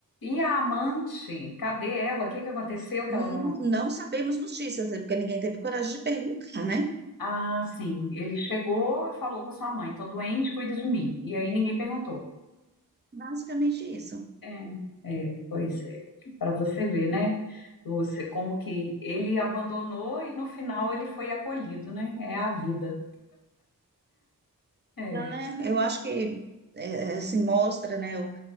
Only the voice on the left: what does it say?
E a amante, cadê ela? O que que aconteceu que
ela não...
Ah, sim, ele chegou e falou com a sua mãe, tô doente, cuida de mim. E aí ninguém perguntou.
É, é, pois é. Para você ver, né, Lúcia, como que ele abandonou e no final ele foi acolhido, né? É a vida. É.